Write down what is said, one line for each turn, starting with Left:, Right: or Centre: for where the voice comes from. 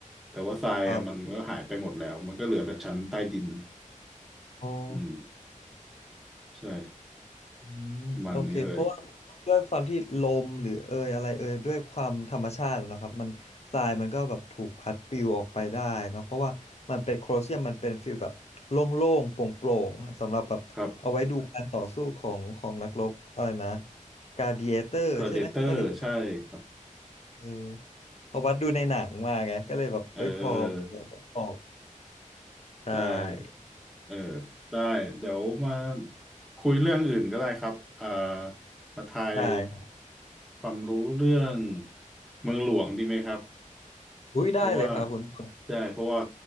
Centre: แต่ว่าทรายอะมันก็หายไปหมดแล้วมันก็เหลือแต่ชั้นใต้ดิน
Left: ครับอ๋อ
Centre: อืมใช่
Left: อืมโอเคเพราะว่าด้วยความที่ลมหรือเอยอะไรเอยด้วยความธรรมชาติอะนะครับมันทรายมันก็แบบถูกพัดปลิวออกไปได้เนาะเพราะว่ามันเป็นโคลอเซียมมันเป็นฟิลแบบโล่งๆโปร่งๆสำหรับแบบเอาไว้ดูการต่อสู้ของของนักรบอะไรนะ
Centre: ประมันนี้เลยครับ
Left: กา a ด i เอเตอร์ใช่ไหมเขาเรียก
Centre: Predator ใช่ครับ
Left: เออพอวัดดูในหนังมาไงก็เลยแบบเอ้ยพอพอออก
Centre: เออ
Left: ได้
Centre: ใช่ เออได้เดี๋ยวมาคุยเรื่องอื่นก็ได้ครับเอ่อมาทาย
Left: ได้ครับ
Centre: ความรู้เรื่องเมืองหลวงดีไหมครับ
Left: อุ้ยได้เลยครับคุณต้น
Centre: เพราะว่าได้เพราะว่า